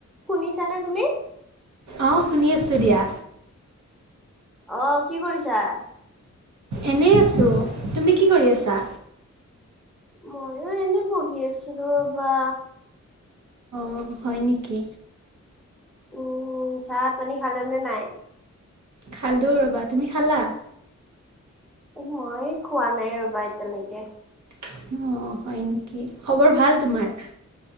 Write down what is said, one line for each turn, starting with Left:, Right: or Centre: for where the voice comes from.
Centre: শুনিছানে তুমি?
Right: অ' শুনি আছোঁ দিয়া।
Centre: অ' কি কৰিছা?
Right: এনেই আছোঁ, তুমি কি কৰি আছা?
Centre: ময়ো এনেই পঢ়ি আছিলো ৰ'বা।
Right: অ' হয় নেকি?
Centre: উম, চাহ পানী খালে নে নাই?
Right: খালো ৰ'বা তুমি খালা?
Centre: মই খোৱা নাই ৰ'বা এতিয়ালৈকে
Right: অ, হয় নেকি খবৰ ভাল তোমাৰ।